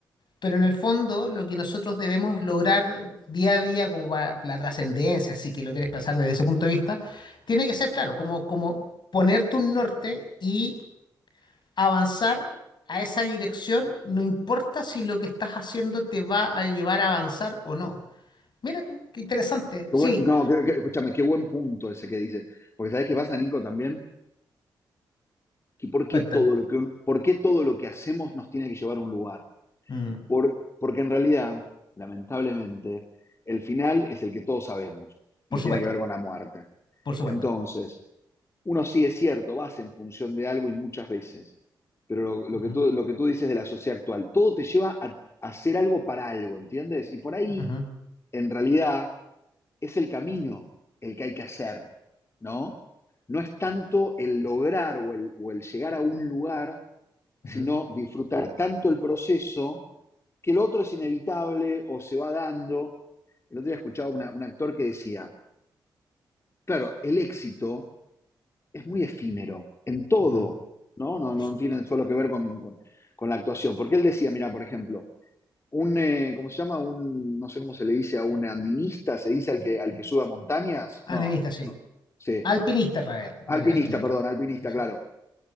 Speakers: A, on the left; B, on the left.
A: pero en el fondo lo que nosotros debemos lograr día a día como para la trascendencia, si que lo quieres pensar desde ese punto de vista, tiene que ser, claro, como, como ponerte un norte y avanzar a esa dirección, no importa si lo que estás haciendo te va a llevar a avanzar o no. Mira tú, qué interesante.
B: Qué
A: Sí,
B: buen, no, qué, qué, escúchame, qué buen punto ese que dice. Porque sabes qué pasa, Nico, también, que por
A: cuéntame.
B: qué todo lo que, un- por qué todo lo que hacemos nos tiene que llevar a un lugar.
A: Mm,
B: Por- porque en realidad, lamentablemente, el final es el que todos sabemos
A: por
B: y
A: supuesto,
B: tiene que ver con la muerte.
A: por supuesto.
B: Entonces, uno sí es cierto, vas en función de algo y muchas veces, pero lo, lo
A: Ujú,
B: que tú, lo que tú dices de la sociedad actual, todo te lleva a, a hacer algo para algo, ¿entiendes? Y por ahí,
A: ujú,
B: en realidad, es el camino el que hay que hacer, ¿no? No es tanto el lograr o el, o el llegar a un lugar, sino
A: ujú,
B: disfrutar tanto el proceso que lo otro es inevitable o se va dando. El otro día escuchaba una, un actor que decía, claro, el éxito es muy efímero en todo,
A: ujú,
B: ¿no? No,
A: por
B: no
A: supuesto.
B: tiene solo que ver con, con, con la actuación. Porque él decía, mira, por ejemplo, un, eh, ¿cómo se llama? Un, no sé cómo se le dice a un andinista, se dice al que, al que sube a montañas.
A: Andenista,
B: No,
A: sí.
B: no, sí.
A: Alpinista, Rael, en realidad,
B: Alpinista,
A: alpinista.
B: perdón, alpinista,
A: Sí, sí.
B: claro.